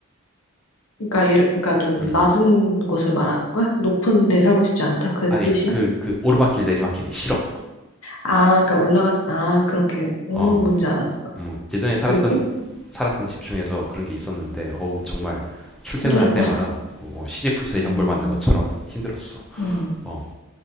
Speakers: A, on the left; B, in the centre.
A: 그러니까 예를, 그러니까 좀
B: 음.
A: 낮은 곳을 말하는 거야? 높은 데 살고 싶지 않다? 그
B: 아니
A: 뜻이야?
B: 그 그 오르막길 내리막길이 싫어.
A: 아, 그러니까 올라갔, 아, 그렇게, 음,
B: 어.
A: 뭔지 알았어.
B: 음, 예전에 살았던
A: 그리고
B: 살았던 집 중에서 그런 게 있었는데 어우 정말 출퇴근할
A: 힘들었구나.
B: 때마다
A: <laughs>
B: 어, 시지프스의
A: 음,
B: 형벌 받는 것처럼 힘들었어.
A: 음,
B: 어,